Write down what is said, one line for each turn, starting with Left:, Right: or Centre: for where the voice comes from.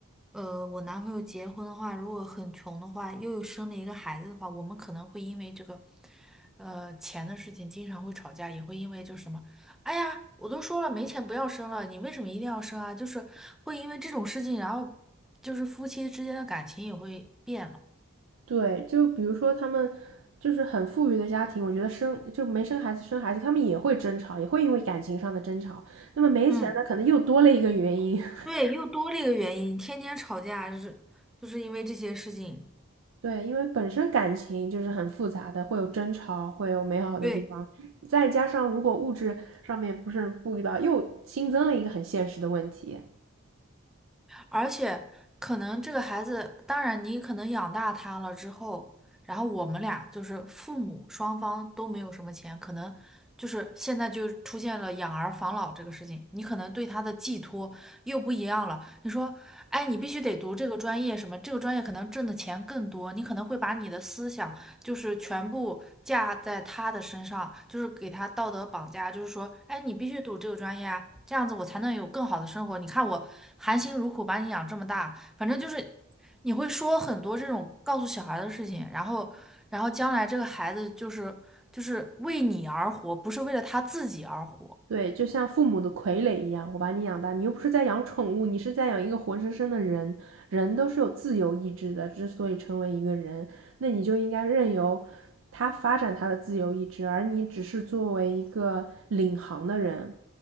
Centre: 呃我男朋友结婚的话，如果很穷的话，又有生了一个孩子的话，我们可能会因为这个呃钱的事情经常会吵架，也会因为就是什么，哎呀，我都说了没钱不要生了，你为什么一定要生啊？就是会因为这种事情，然后就是夫妻之间的感情也会变了。
Right: 对，就比如说他们就是很富裕的家庭，我觉得生就没生孩子生孩子，他们也会争吵，也会因为感情上的争吵。那么没钱的可能又多了一个原因，
Centre: 嗯，
Right: <laughs>
Centre: 对，又多了一个原因，天天吵架，就是就是因为这些事情。
Right: 对，因为本身感情就是很复杂的，会有争吵，会有美好的地方，
Centre: 对。
Right: 再加上如果物质上面不是富裕吧，又新增了一个很现实的问题。
Centre: 而且可能这个孩子，当然你可能养大他了之后，然后我们俩就是父母双方都没有什么钱，可能就是现在就出现了养儿防老这个事情，你可能对他的寄托又不一样了。你说，哎，你必须得读这个专业，什么这个专业可能挣的钱更多，你可能会把你的思想就是全部架在他的身上，就是给他道德绑架，就是说，哎，你必须读这个专业啊，这样子我才能有更好的生活。你看我含辛茹苦把你养这么大，反正就是。你会说很多这种告诉小孩的事情，然后，然后将来这个孩子就是就是为你而活，不是为了他自己而活。
Right: 对，就像父母的傀儡一样，我把你养大，你又不是在养宠物，你是在养一个活生生的人。人都是有自由意志的，之所以成为一个人，那你就应该任由他发展他的自由意志，而你只是作为一个领航的人，